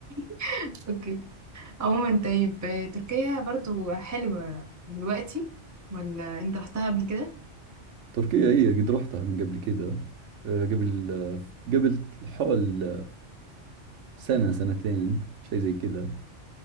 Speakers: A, on the right; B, on the right.
A: <laughs> أوكي عموما طيب تركيا برضو حلوة دلوقتي ولا أنت رحتها قبل كده؟
B: تركيا هي قد رحتها من قبل كذا آه، قبل آه، قبل حول سنة سنتين شيء زي كذا